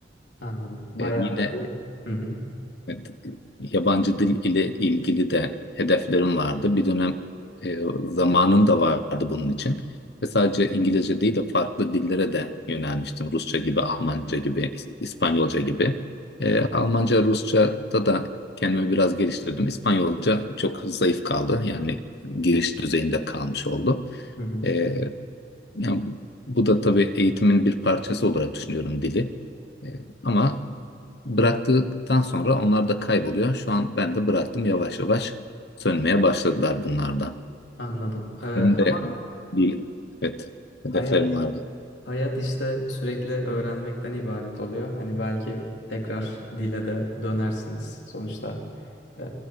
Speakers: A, on the left; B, on the left.
A: Anladım. Bayağı
B: E, yine
A: da bir... Hı hı.
B: Evet, yabancı dil ile ilgili de hedeflerim vardı. Bir dönem e, zamanım da vardı bunun için. Ve sadece İngilizce değil de farklı dillere de yönelmiştim. Rusça gibi, Almanca gibi, İs- İspanyolca gibi. E, Almanca, Rusça'da da kendimi biraz geliştirdim. İspanyolca çok zayıf kaldı. Yani giriş düzeyinde kalmış oldu.
A: Hı hı.
B: E, yani bu da tabii eğitimin bir parçası olarak düşünüyorum dili. E, ama Bıraktıktan sonra onlar da kayboluyor. Şu an ben de bıraktım yavaş yavaş sönmeye başladılar bunlardan.
A: Anladım. Ee,
B: Benim de
A: ama
B: bir evet hedeflerim
A: hayat
B: vardı.
A: hayat işte sürekli öğrenmekten ibaret oluyor. Hani belki tekrar dile de dönersiniz. Sonuçta e,